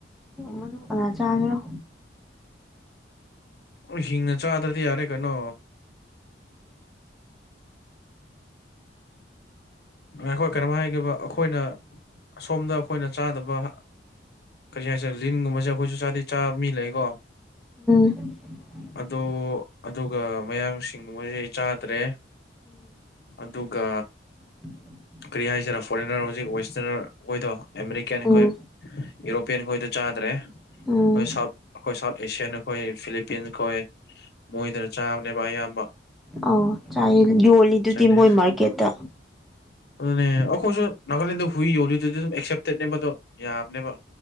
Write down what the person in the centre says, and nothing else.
ꯃꯗꯨ ꯀꯅꯥ ꯆꯥꯒꯣ
<unintelligible>
ꯎꯝ
ꯎꯝ
ꯎꯝ
ꯑꯧ ꯌꯣꯜꯂꯤꯗꯨꯗꯤ
ꯃꯣꯏ ꯃꯥꯔꯀꯦꯠꯇ